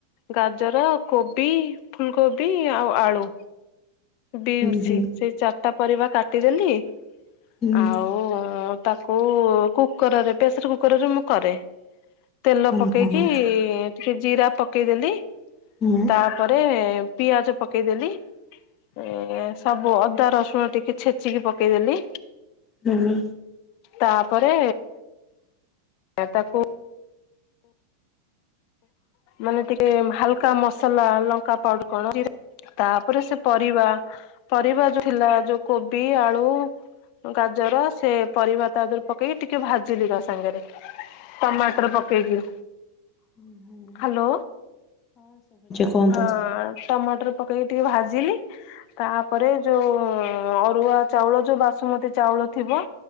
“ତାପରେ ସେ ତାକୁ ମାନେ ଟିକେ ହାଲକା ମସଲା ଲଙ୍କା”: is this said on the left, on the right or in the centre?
Left